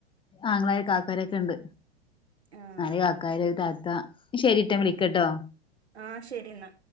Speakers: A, on the left; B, on the right.
A: ആങ്ങളയും കാക്കാരൊക്കെ ഉണ്ട്.
B: ആഹ്
A: നാല് കാക്കാര് ഒരു താത്ത ശരിട്ടോ ഞാൻ വിളിക്കട്ടോ.
B: ആ ശരി എന്നാ.